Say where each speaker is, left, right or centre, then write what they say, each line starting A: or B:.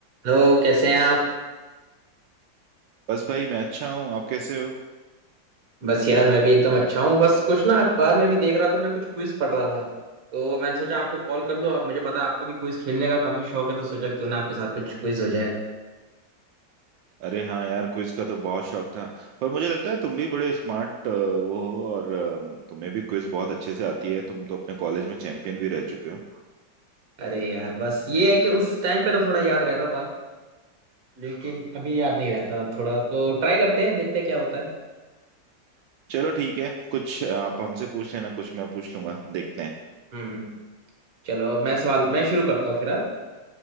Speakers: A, on the right; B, on the right.
A: Hello कैसे हैं आप
B: बस भाई मैं अच्छा हूँ आप कैसे हो
A: बस यार मैं भी एकदम अच्छा हूँ बस कुछ ना अखबार में भी देख रहा था मैं कुछ क्विज पढ़ रहा था तो मैंने सोचा आपको कॉल कर लो आप मुझे पता है आपको भी क्विज खेलने का काफी शौक है तो सोचा क्यों ना आपके साथ कुछ क्विज हो जाए
B: अरे हाँ यार क्विज का तो बहुत शौक था पर मुझे लगता है तुम भी बड़े स्मार्ट वो हो और अ, तुम्हें भी क्विज बहुत अच्छे से आती है तुम तो अपने कॉलेज में चैंपियन भी रह चुके हो
A: अरे यार बस ये है कि उस टाइम पे तो थोड़ा याद रहता था लेकिन अभी याद नहीं रहता थोड़ा तो ट्राई करते हैं देखते हैं क्या होता है
B: चलो ठीक है कुछ अ, आप हमसे पूछ लेना कुछ मैं पूछ लूंगा देखते हैं
A: हम्म हम्म। चलो मैं सवाल मैं शुरू करता हूँ फिर हाँ?